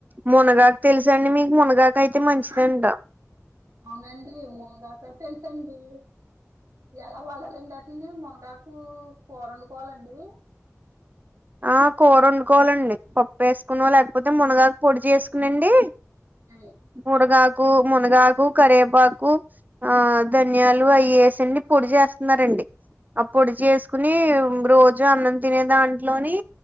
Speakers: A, on the right (about 30°); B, on the right (about 80°).
A: మునగాక తెలుస అండి మీకు మునగాక అయితే మంచిదంట
B: ఆ అవునండి ఊంగ్క తెల్సండి ఎలా వదాలండి అండి మునగాకు కూర వండుకోవాలండి
A: ఆ కూర వండుకోవాలండి పప్పు ఏసుకోనో లేకపోతే మునగాకు పొడి చేసుకునండి
B: అవు
A: మురగాకు మునగాకు కరివేపాకు ఆ ధన్యాలు అయేసి అండి పొడి చేస్తున్నారండి అ పొడి జేసుకుని రోజు అన్నం తినేదాం లోని